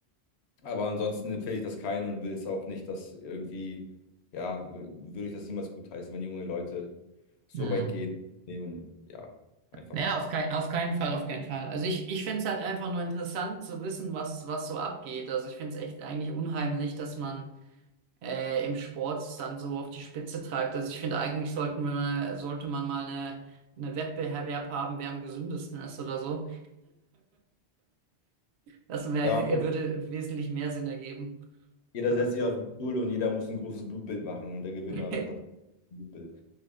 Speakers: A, on the left (about 80°); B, on the right (about 75°).
A: aber ansonsten empfehle ich das keinen und will es auch nicht, dass irgendwie, ja, würde ich das niemals gutheißen, wenn junge Leute so
B: Hm.
A: weit gehen, nehmen, ja, einfach.
B: Ja, auf kein, auf keinen Fall, auf keinen Fall. Also ich, ich finde es halt einfach nur interessant zu wissen, was, was so abgeht. Also ich finde es echt eigentlich unheimlich, dass man äh, im Sport es dann so auf die Spitze treibt. Also ich finde, eigentlich sollten wir, sollte man mal eine, einen Wettbewerb haben, wer am gesündesten ist oder so. Das wär,
A: Ja, aber
B: würde wesentlich mehr Sinn ergeben.
A: jeder
B: Ja.
A: setzt sich auf den Stuhl und jeder muss ein großes Blutbild machen und der Gewinner
B: <laughs>
A: ist- hat ein Blutbild.